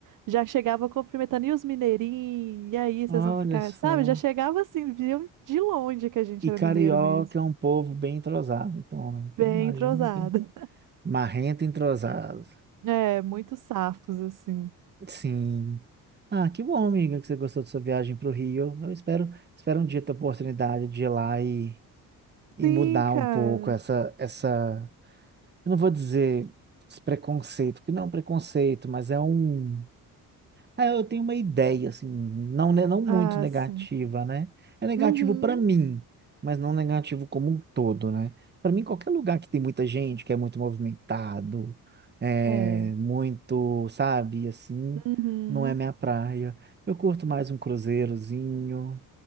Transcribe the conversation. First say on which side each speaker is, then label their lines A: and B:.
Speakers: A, on the right (about 60°); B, on the right (about 30°).
A: já chegavam cumprimentando, e os mineirinhos, e aí
B: Olha
A: vocês vão ficar,
B: só.
A: sabe? Já chegava assim, viam de longe que a gente
B: E
A: era
B: carioca
A: mineiro mesmo.
B: é um povo bem entrosado, então, então
A: Bem
B: imagino
A: entrosado.
B: que... Marrento e entrosado.
A: É, muitos safos, assim.
B: Sim. Ah, que bom, amiga, que você gostou da sua viagem para o Rio. Eu espero, espero um dia ter a oportunidade de ir lá e, e
A: Sim,
B: mudar
A: cara.
B: um pouco essa, essa, eu não vou dizer esse preconceito, que não é um preconceito, mas é um, Ah, eu tenho uma ideia, assim, não, né, não muito
A: Ah,
B: negativa,
A: sim.
B: né? É negativo
A: Uhum.
B: para mim, mas não negativo como um todo, né? Para mim, qualquer lugar que tem muita gente, que é muito movimentado, é
A: É.
B: muito, sabe, assim,
A: Uhum.
B: não é minha praia. Eu curto mais um cruzeirozinho,